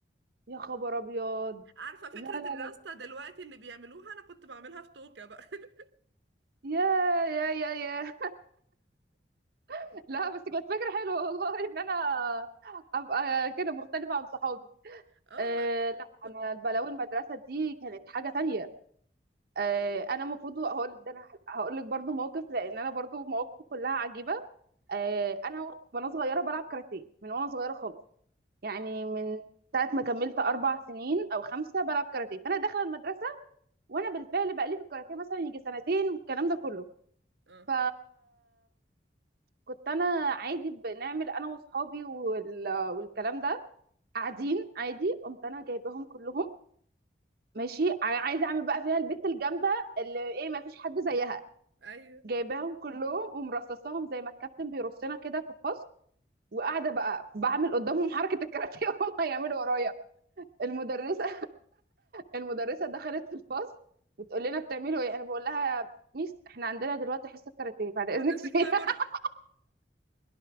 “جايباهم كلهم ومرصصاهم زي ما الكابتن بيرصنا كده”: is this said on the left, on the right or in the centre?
Right